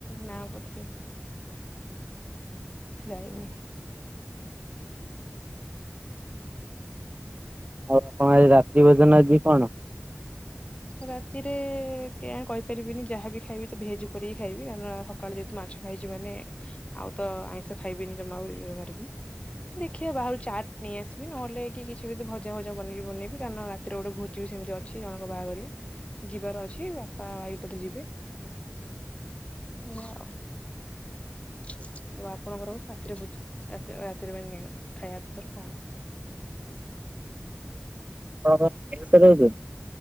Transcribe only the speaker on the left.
ନାଁ ବୋଧେ। ଯାଇନି।
ରାତିରେ କେଆଣି କହିପାରିବିନି ଯାହାବି ଖାଇବି ତଭେଜ୍ ଉପରେ ହିଁ ଖାଇବି ଆଉ ନହ ସକାଳେ ଯେହେତୁ ମାଛ ଖାଇଛି ମାନେ ଆଉତ ଆଇଁଷ ଖାଇବିନି ଜମା ଏଓଲି ବାରିବି। ଦେଖିବା ବାହାରୁ ଚାଟ୍ ନେଇ ଆସିବି ନହେଲେ କି କିଛିବି ଭଜା ଭଜା ବନେଇି ବନେଇି କାରଣ ରା ତିରେ ଗୋଟେ ଭୋଜିବି ସେମିତି ଅଛି ଜଣଙ୍କ ବାହାଘରିଆ। ଯିବାର ଅଛି ବାପା ଭାଇପ ବୋଧେ ଯିବେ। ଓ ଆଉ ଆପଣଙ୍କର ରାତିରେ ବୁଜି ରାତିରେ ରାତିରେ ପାଇଁ ଖାଇବା ପତ୍ର କଣ?